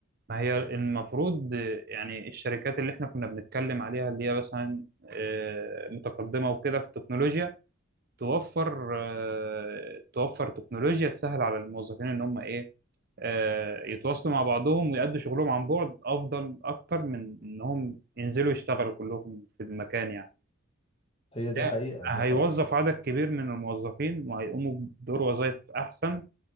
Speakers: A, on the right (about 45°); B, on the left (about 25°).
A: ما هي المفروض آه، يعني الشركات اللي احنا كنا بنتكلم عليها اللي هي مثلا آه، متقدمة وكده في التكنولوجيا توفر آه، توفر تكنولوجيا تسهل على الموظفين ان هم ايه آه، يتواصلوا مع بعضهم ويأدوا شغلهم عن بعد افضل اكتر من انهم ينزلوا يشتغلوا كلهم في المكان يعني
B: هي دي
A: ده
B: حقيقة دي
A: هيوظف
B: حقيقة
A: عدد كبير من الموظفين وهيقوموا بدور وظائف احسن